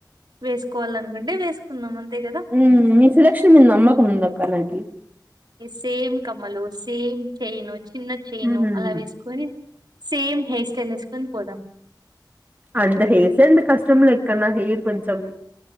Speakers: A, on the right; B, on the right.
A: వేసుకోవాలాను ఉండేవి వేసు కుందాము అంతే కదా
B: ఉమ్ నీ సెలక్షన్ మీద నమ్మకం ఉందక్క నాకి
A: సేమ్ కమ్మలు సేమ్ చైన్ చిన్న చైన్
B: ఉమ్
A: అలా వేసుకొని సేమ్ హెయిర్ స్టైల్ తెలుసుకుని పోదాం
B: అంత హెయిర్స్ అంటే కష్టం లే అక్క నా హెయిర్ కొంచెం